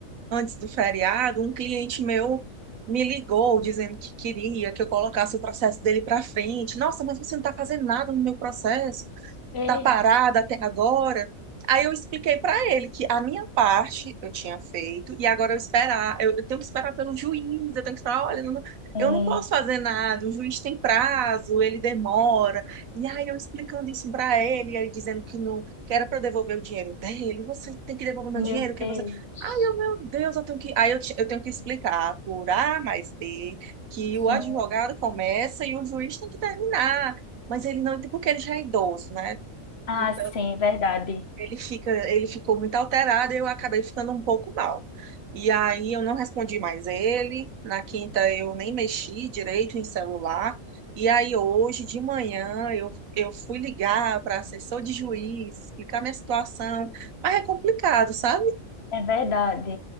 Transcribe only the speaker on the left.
Eita,
sim.
meu
Deus.
Sim.
Ah,
sim, verdade.
É verdade.